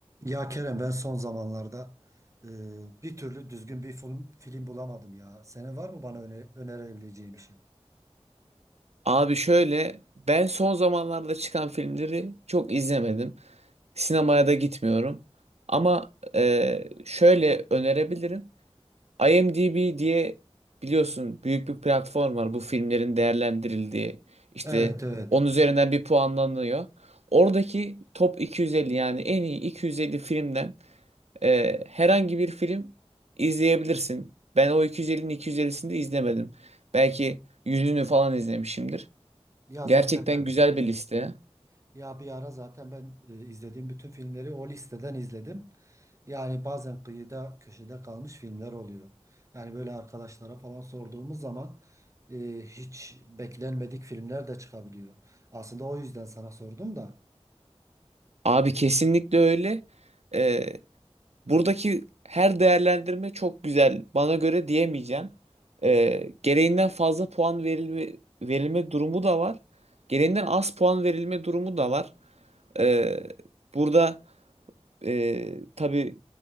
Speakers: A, on the right; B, on the right.
A: Ya Kerem ben son zamanlarda e, bir türlü düzgün bir film, film bulamadım ya. Senin var mı bana öne- önerebileceğin bir şey?
B: Abi şöyle ben son zamanlarda çıkan filmleri çok izlemedim. Sinemaya da gitmiyorum. Ama e, şöyle önerebilirim. IMDb diye biliyorsun büyük bir platform var bu filmlerin değerlendirildiği. İşte
A: Evet evet.
B: 10 üzerinden bir puanlanıyor. Oradaki top 250 yani en iyi 250 filmden e, herhangi bir film izleyebilirsin. Ben o 250'nin 250'sini de izlemedim. Belki yüzünü falan izlemişimdir.
A: Ya
B: Gerçekten
A: zaten ben
B: güzel
A: hmm,
B: bir liste.
A: ya bir ara zaten ben e, izlediğim bütün filmleri o listeden izledim. Yani bazen kıyıda köşede kalmış filmler oluyor. Yani böyle arkadaşlara falan sorduğumuz zaman e, hiç beklenmedik filmler de çıkabiliyor. Aslında o yüzden sana sordum da.
B: Abi kesinlikle öyle. Ee, buradaki her değerlendirme çok güzel. Bana göre diyemeyeceğim. Ee, gereğinden fazla puan verilme, verilme durumu da var. Gereğinden az puan verilme durumu da var. Ee, burada e, tabii